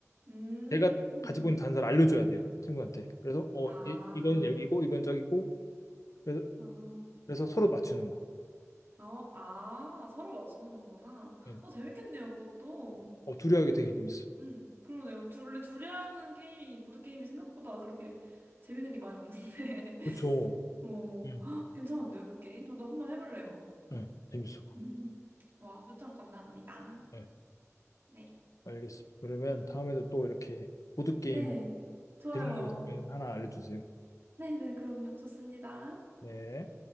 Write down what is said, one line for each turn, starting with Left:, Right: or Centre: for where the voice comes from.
Right: 음.
Left: 제가 가지고 있는 단서를 알려줘야 돼요 친구한테 그래서 어
Right: 아.
Left: 이, 이건 여기고 이건 저기고 그래서,
Right: 아.
Left: 그래서 서로 맞추는 거
Right: 어, 아, 서로 맞추는 거구나.
Left: 예.
Right: 어, 재밌겠네요, 그것도. 음.
Left: 어 둘이 하기 되게 재밌어
Right: 음, 그러네요. 둘, 원래 둘이 하는 게임이, 보드게임이 생각보다 그렇게 재밌는 게 많이 없는데. <laughs>
Left: 그쵸.
Right: 오,
Left: 응.
Right: 헉, 괜찮은데요, 그 게임? 저도 한번 해볼래요.
Left: 예. 재밌어
Right: 음, 와, 추천 감사합니다.
Left: 예,
Right: 네.
Left: 알겠습니다 그러면 다음에도 또 이렇게 보드게임
Right: 네, 좋아요.
Left: 재밌는 게 있으면 하나 알려주세요
Right: 네네, 그럼요. 좋습니다.
Left: 네